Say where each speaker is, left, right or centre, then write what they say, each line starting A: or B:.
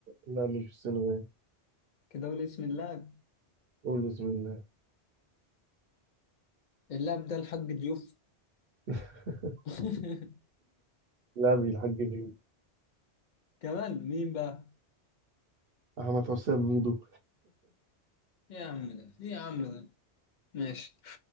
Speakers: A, on the right; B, on the left.
A: لا مش في السنغال
B: كده قول اسم اللاعب
A: قول بسم الله
B: اللاعب ده الحاج ضيوف
A: <laughs>
B: <laughs>
A: لا مش الحاج ميدو
B: كمان مين بقى
A: أحمد حسام ميدو
B: إيه يا عم ده ايه يا عم ده ماشي